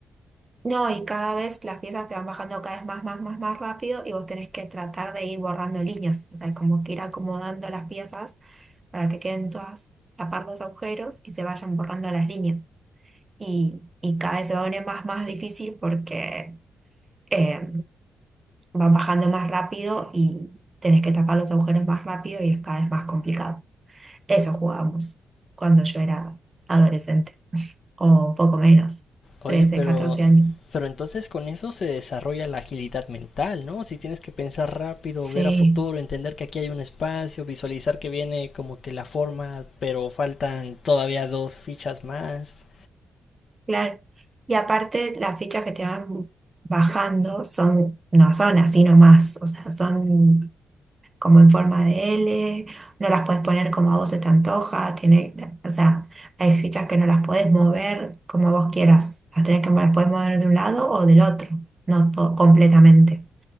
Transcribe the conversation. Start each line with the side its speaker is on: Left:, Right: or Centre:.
Right: No, y cada vez las piezas te van bajando cada vez más, más, más, más rápido y vos tenés que tratar de ir borrando líneas, o sea, como que ir acomodando las piezas para que queden todas, tapar los agujeros y se vayan borrando las líneas. Y, y cada vez se va a poner más, más difícil porque eh, van bajando más rápido y tenés que tapar los agujeros más rápido y es cada vez más complicado. Eso jugábamos cuando yo era adolescente. o poco menos,
Left: Oye,
Right: 13
Left: pero,
Right: 14 años.
Left: pero entonces con eso se desarrolla la agilidad mental, ¿no? Si tienes que pensar rápido,
Right: Sí,
Left: ver a futuro, entender que aquí hay un espacio, visualizar que viene como que la forma, pero faltan todavía dos fichas más.
Right: Claro. Y aparte, las fichas que te van bajando son, no son así nomás, o sea, son como en forma de L, no las puedes poner como a vos se te antoja, tiene, o sea, hay fichas que no las puedes mover como vos quieras, las tenés que, las puedes mover de un lado o del otro, no to- completamente,